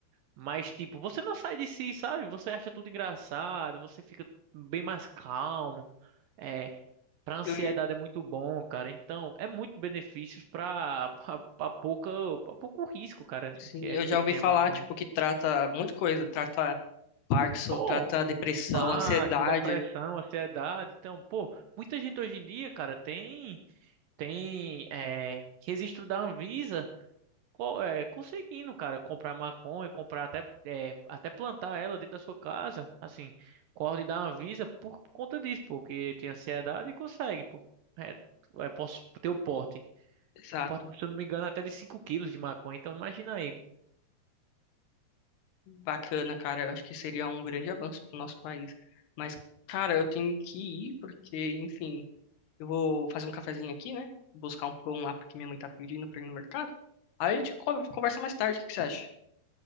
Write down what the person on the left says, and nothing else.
eu,
sim,
eu
já
ouvi
falar,
tipo, que trata muita coisa. Trata Parkinson,
trata depressão,
ansiedade.
Exato.
Bacana, cara. Eu acho que seria um grande avanço para o nosso país. Mas, cara, eu tenho que ir porque, enfim, eu vou fazer um cafezinho aqui, né? Buscar um pão lá porque minha mãe tá pedindo pra ir no mercado. Aí a gente co- conversa mais tarde, o que que você acha?